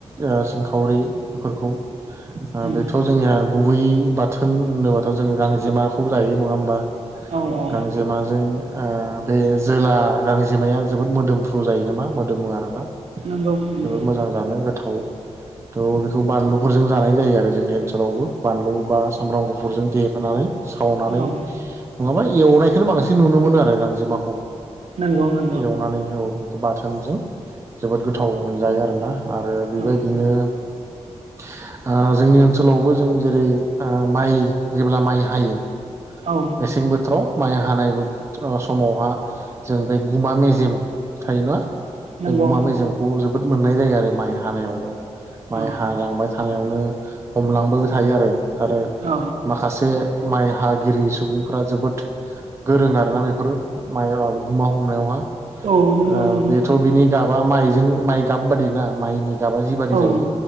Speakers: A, on the right; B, on the right.
A: ओ सिंखावरि बेफोरखौ
B: नंगौ
A: बेथ' जोंनिया गुबै बाथोन होनोबाथ' जोङो गांजेमाखौ जायो नङा होमबा?
B: औ औ
A: गांजे माजों ओ बे जोला गां बिमाया जोबोद मोदोमफ्रु जायो नामा मोदोमो आरोना
B: नंगौ नंगौ
A: जोबोद मोजां जानो। थाव थ' बेखौ बानलुफोरजों जानाय जायो आरो जोंनि ओनसोलावबो बानलु बा सामब्राम गुफुरजों देफानानै सावनानै
B: औ
A: नङाबा
B: औ
A: एवनायखोनो बांसिन नुनो मोनो आरो गांजेमाखौ
B: नंगौ ना
A: एवनानै बाथोनजों जोबोद गोथाव मोनजायो आरोना आरो बेबायदिनो
B: औ
A: ओ जोंनि ओनसोलावबो जों जेरै ओ माइ जेब्ला माइ हायो
B: औ
A: मेसें बोथोराव माइ हानायबो समावहा जों बे गुमा मेजेम थायो नङा
B: नंगौ
A: गमा मेेजेंखौ जोबोद मोननाय जायो आरो माइ हानायावनो माइ
B: औ
A: हालांबाय था ावनो हमलां थायो आरो आरो
B: औ
A: माखासे माइ हा गिरि सुबुंफोरा जोबोद गोरों आरोना बेफोर मा गुमा हमनायावहा ओ
B: औ नंगौ नंगौ
A: बेथ' बिनि गाबा माइजों माइ गाब बादि ना माइनि गाबा जिबादि
B: औ
A: जायो